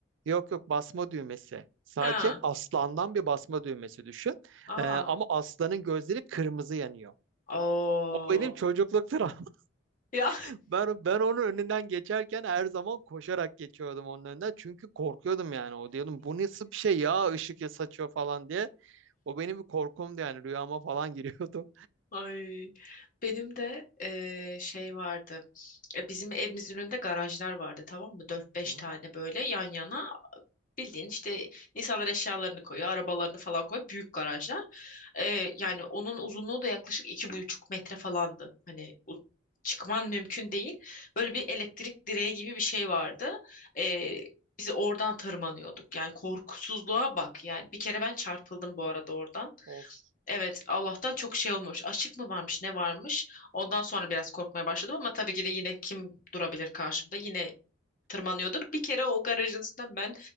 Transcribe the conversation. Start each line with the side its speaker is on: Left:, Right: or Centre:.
Right: Yok yok basma düğmesi. Sadece
Left: Ha.
Right: aslandan bir basma düğmesi düşün.
Left: Aa.
Right: Ee, ama aslanın gözleri kırmızı yanıyor.
Left: Oo.
Right: O benim Aa. çocukluk travmam.
Left: Ya
Right: <laughs> Ben, ben onun önünden geçerken her zaman koşarak geçiyordum onun önünden. Çünkü korkuyordum yani. O diyordum bu nasıl bir şey ya ışık ya saçıyor falan diye. O benim bir korkumdu yani rüyama falan giriyordu.
Left: <laughs> ay benim de eee, şey vardı. E, bizim evimizin önünde garajlar vardı tamam mı? dört beş
Right: <laughs> Hı.
Left: tane böyle yan yana bildiğin işte insanlar eşyalarını koyuyor, arabalarını falan koyuyor. Büyük garajlar. E, yani onun uzunluğu da yaklaşık iki buçuk metre falandı. Hani u- çıkman mümkün değil. Böyle bir elektrik direği gibi bir şey vardı. E, biz oradan tırmanıyorduk. Yani korkusuzluğa bak. Yani bir kere ben çarpıldım bu arada oradan.
Right: Of.
Left: Evet, Allah'tan çok şey olmamış. Açık mı varmış, ne varmış? Ondan sonra biraz korkmaya başladım ama tabii ki de yine kim durabilir karşımda? Yine tırmanıyordum. Bir kere o garajın üstünden ben